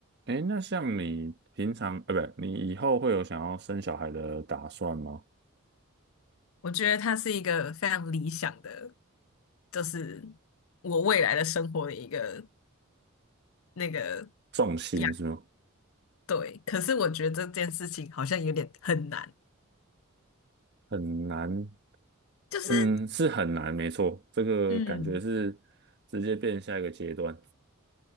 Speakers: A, on the right (about 50°); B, on the left (about 65°).
A: 哎，那像你平常，呃，不，你以后会有想要生小孩的打算吗？
B: 我觉得他是一个非常理想的，就是我未来的生活的一个那个
A: 重心是吗？
B: 样。对，可是我觉得这件事情好像有点很难，
A: 很难，
B: 就是
A: 嗯，是很难，没错，这个感觉是直接变下一个阶段。
B: 嗯，